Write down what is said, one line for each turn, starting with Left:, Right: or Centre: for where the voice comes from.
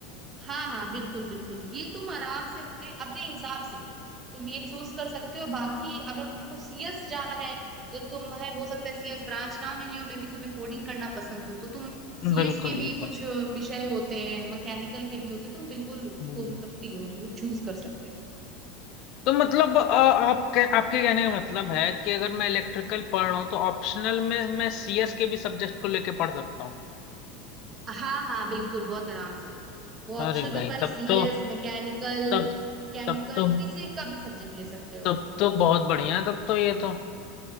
Right: हाँ हाँ बिल्कुल बिल्कुल ये तुम आराम से अपने अपने हिसाब से तुम ये चूज कर सकते हो बाकी अगर तुमको सीएस जाना है तो तुम्हें हो सकता है सीएस ब्रांच ना मिली हो लेकिन तुम्हें कोडिंग करना पसंद हो तो तुम सीएस
Left: बिल्कुल
Right: के भी
Left: बिल्कुल
Right: कुछ विषय होते हैं मैकेनिकल के भी होते हैं तुम बिल्कुल उसको
Left: हम्म।
Right: मतलब फ्री हो तुम चूज कर सकते हो
Left: तो मतलब अ, आप कह, आपके कहने का मतलब है कि अगर मैं इलेक्ट्रिकल पढ़ रहा हूँ तो ऑप्शनल में मैं सीएस के भी सब्जेक्ट को लेके पढ़ सकता हूँ
Right: हाँ हाँ बिल्कुल बहुत आराम से वो
Left: अरे
Right: ऑप्शन
Left: भाई
Right: पे पर
Left: तब
Right: सीएस
Left: तो
Right: मैकेनिकल
Left: तब
Right: केमिकल
Left: तब तो
Right: किसी का भी सब्जेक्ट ले सकते हो
Left: तब तो बहुत बढ़िया है, तब तो ये तो